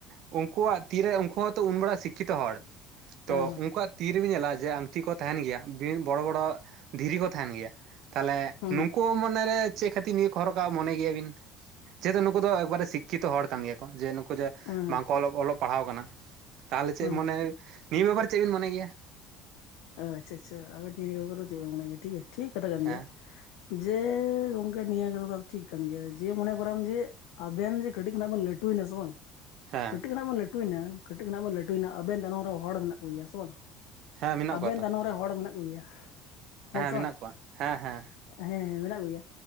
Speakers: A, on the right (about 55°); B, on the left (about 65°).
A: ᱩᱝᱠᱩᱣᱟᱜ ᱛᱤᱨᱮ, ᱩᱝᱠᱩ ᱦᱚᱸᱛᱚ ᱩᱱ ᱵᱚᱲᱟ ᱥᱤᱠᱠᱷᱤᱛᱚ ᱦᱚᱲ᱾ ᱛᱚ
B: ᱦᱮᱸ ᱦᱮᱸ
A: ᱩᱝᱠᱩᱣᱟᱜ ᱛᱤ ᱨᱮᱵᱮᱱ ᱧᱮᱞᱟ ᱡᱮ ᱟᱝᱴᱤ ᱠᱚ ᱛᱟᱸᱦᱮᱱ ᱜᱮᱭᱟ, ᱵᱤᱻ ᱵᱚᱲᱚ ᱵᱚᱲᱚ ᱫᱷᱤᱨᱤ ᱠᱚ ᱛᱟᱸᱦᱮᱱ ᱜᱮᱭᱟ᱾ ᱛᱟᱦᱞᱮ
B: ᱦᱮᱸ
A: ᱱᱩᱠᱩ ᱢᱚᱱᱮᱨᱮ ᱪᱮᱫ ᱠᱷᱟᱹᱛᱤᱨ ᱱᱤᱭᱟᱹ ᱠᱚ ᱦᱚᱨᱚᱜ ᱠᱟᱜ-ᱟ ᱢᱚᱱᱮ ᱜᱮᱭᱟᱵᱤᱱ? ᱡᱮᱦᱮᱛᱩ ᱱᱩᱠᱩ ᱫᱚ ᱮᱠᱵᱟᱨᱮ ᱥᱤᱠᱠᱷᱤᱛᱚ ᱦᱚᱲ ᱠᱟᱱ ᱜᱮᱭᱟ ᱠᱚ ᱡᱮ ᱱᱩᱠᱩ ᱫᱚ
B: ᱦᱮᱸ
A: ᱵᱟᱝᱠᱚ ᱚᱞᱚᱜ ᱯᱟᱲᱦᱟᱣ ᱠᱟᱱᱟ, ᱛᱟᱦᱞᱮ ᱪᱮᱫ
B: ᱦᱮᱸ
A: ᱢᱟᱱᱮ ᱱᱤᱭᱟᱹ ᱵᱮᱯᱟᱨ ᱪᱮᱫ ᱵᱤᱱ ᱢᱚᱱᱮᱭ ᱜᱮᱭᱟ?
B: ᱟᱪᱪᱷᱟ ᱟᱪᱪᱷᱟ, ᱟᱨ ᱱᱤᱭᱟᱹ ᱠᱚᱨᱮ ᱪᱮᱫ ᱵᱤᱱ ᱢᱚᱱᱮᱭ ᱜᱮᱭᱟ, ᱴᱷᱤᱠ ᱜᱮᱭᱟ ᱴᱷᱤᱠ ᱠᱟᱛᱷᱟ ᱠᱟᱱ
A: ᱦᱮᱸ
B: ᱜᱮᱭᱟ? ᱡᱮ, ᱜᱚᱝᱠᱮ ᱱᱤᱭᱟᱹ ᱠᱚᱨ ᱫᱚ ᱴᱷᱤᱠ ᱠᱟᱱ ᱜᱮᱭᱟ᱾ ᱡᱮ, ᱢᱚᱱᱮ ᱠᱚᱨᱟᱢ ᱡᱮ ᱟᱵᱮᱱ ᱡᱮ ᱠᱟᱹᱴᱤᱡ ᱠᱷᱚᱱᱟᱜ ᱵᱮᱱ ᱞᱟᱹᱴᱩᱭᱮᱱᱟ ᱥᱮ ᱵᱟᱝ?
A: ᱦᱮᱸ
B: ᱠᱟᱹᱴᱤᱡ ᱠᱷᱚᱱᱟᱜ ᱵᱮᱱ ᱞᱟᱹᱴᱩᱭᱱᱟ, ᱠᱟᱹᱴᱤᱡ ᱠᱷᱚᱱᱟᱜ ᱵᱮᱱ ᱞᱟᱹᱴᱩᱭᱱᱟ ᱟᱵᱮᱱ ᱛᱟᱭᱱᱚᱢ ᱨᱮ ᱦᱚᱲ ᱢᱮᱱᱟᱜ ᱠᱚᱜᱮᱭᱟ ᱥᱮ ᱵᱟᱝ?
A: ᱦᱮᱸ ᱢᱮᱱᱟᱜ
B: ᱟᱵᱮᱱ
A: ᱠᱚᱣᱟ ᱛᱚ
B: ᱛᱟᱭᱱᱚᱢ ᱨᱮ ᱦᱚᱲ ᱢᱮᱱᱟᱜ ᱠᱚᱜᱮᱭᱟ ᱦᱮᱸ ᱥᱮ
A: ᱢᱮᱱᱟᱜ
B: ᱵᱟᱝ?
A: ᱠᱚᱣᱟ ᱦᱮᱸ ᱦᱮᱸ
B: ᱦᱮᱸ ᱦᱮᱸ ᱢᱮᱱᱟᱜ ᱠᱚᱜᱮᱭᱟ᱾